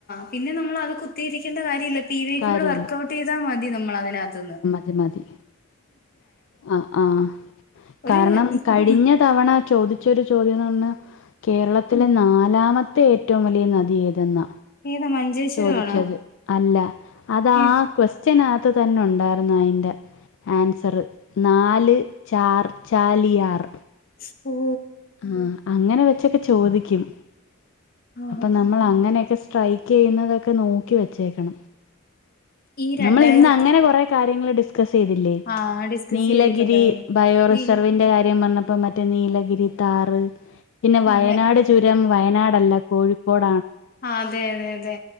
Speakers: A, on the left; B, on the left.
A: പിന്നെ നമ്മള് അത് കുത്തിയിരിക്കണ്ട കാര്യല്ല അ പി വൈ
B: കാര്യമില്ല
A: ക്യൂ ല് വർക്കൗട്ടൈതാൽ മതി നമ്മൾ നകത്ത്ന്ന്
B: അമതി ആ ആഹ്
A: ഒരു
B: കാരണം
A: ഇപ്പ
B: കഴിഞ്ഞ തവണ ചോദിച്ചൊരു ചോദ്യം ന്ന്പറഞ്ഞാ കേരളത്തിലെ ന ലല്ലാമത്തെ ഏറ്റവും വലിയ നദി ഏതെന്ന
A: ഏതാ മഞ്ചേശ്വരം
B: ചോദിച്ചത്
A: ആണോ
B: അല്ല അതാ
A: ഏ
B: കൊക്വസ് സ്റ്റനകത്ത തന്നെ ഉണ്ടായിരുന്നു അതിന്റെറെ ആൻസർ നാല് ചാർ ചാലിയാർ
A: ഉ
B: ആഹ് അങ്ങനെ വെച്ചൊക്കെ ചോദിക്കും
A: ആ
B: അപ്പൊ നമ്മൾ അങ്ങനെയൊക്കെ സ്ട്രൈക്ക് ചെയ്യുന്നതൊക്കെ നോക്കി വെച്ചേക്കണം
A: ഈ രണ്ടായിരത്തി
B: നമ്മൾ ഇന്ന് അങ്ങനെ കൊറെ കാര്യങ്ങൾ ഡിസ്
A: ആ ഡിസ്കസ്
B: നീലഗിരി
A: ചെയ്തിട്ടുണ്ടായിരുന്നു
B: ബയോ റിസർന്റെ
A: നീല
B: കാര്യംപ്പോ മറ്റ നീ ഗിരി ആറ് പിന്നെ വയനാട്
A: അതെ
B: ചുരം വയനാടല്ല കോഴിക്കോട്
A: അതെ അതെ അതെ